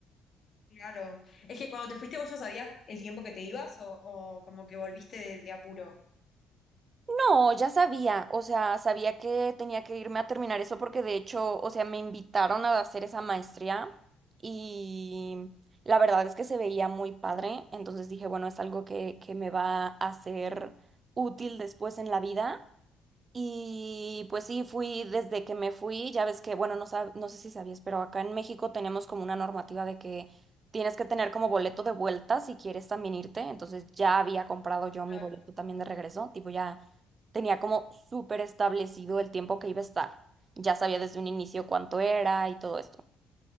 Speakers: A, on the left; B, on the right.
A: Claro. Es que cuando te fuiste vos ya sabías el tiempo que te ibas o, o como que volviste de, de apuro.
B: No, ya sabía, o sea, sabía que tenía que irme a terminar eso porque de hecho, o sea, me invitaron a hacer esa maestría y la verdad es que se veía muy padre, entonces dije, bueno, es algo que, que me va a ser útil después en la vida. Y pues sí, fui desde que me fui, ya ves que, bueno, no sab- no sé si sabías, pero acá en México tenemos como una normativa de que tienes que tener como boleto de vuelta si quieres también irte. Entonces ya había comprado yo mi
A: Claro.
B: boleto también de regreso, tipo ya tenía como súper establecido el tiempo que iba a estar. Ya sabía desde un inicio cuánto era y todo esto.